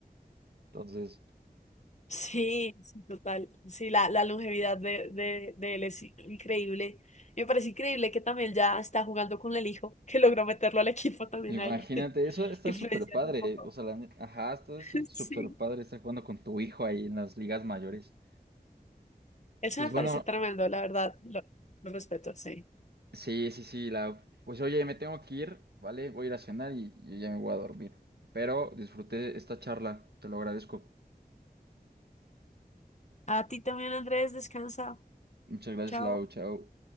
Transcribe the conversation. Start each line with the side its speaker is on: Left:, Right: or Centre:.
Right: <laughs> Entonces,
Left: Sí, sí, total. Sí, la, la longevidad de, de, de él es increíble. Y me parece increíble que también ya está jugando con el hijo, <laughs> que logró meterlo al equipo también
Right: imagínate,
Left: ahí. <laughs>
Right: eso está
Left: Influencias
Right: súper padre.
Left: un poco.
Right: O sea, la ne- ajá, está
Left: <laughs>
Right: su- súper
Left: Sí.
Right: padre estar jugando con tu hijo ahí en las ligas mayores.
Left: Eso
Right: Pues
Left: me
Right: bueno.
Left: parece tremendo, la verdad. Lo, lo respeto, sí.
Right: Sí, sí, sí, la... Pues oye, me tengo que ir, ¿vale? Voy a ir a cenar y, y ya me voy a dormir. Pero disfruté esta charla, te lo agradezco.
Left: A ti también, Andrés, descansa.
Right: Muchas gracias,
Left: Chao.
Right: Lau, chao.